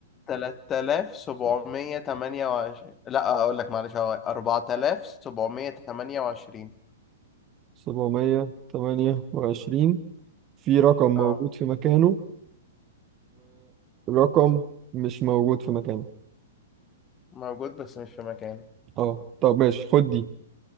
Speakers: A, on the left; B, on the right.
A: 3728 لا اقول لك معلش هو 4728
B: 728 في رقم
A: اه
B: موجود في مكانه ورقم مش موجود في مكانه
A: موجود بس مش في مكانه
B: اه طب ماشي خد دي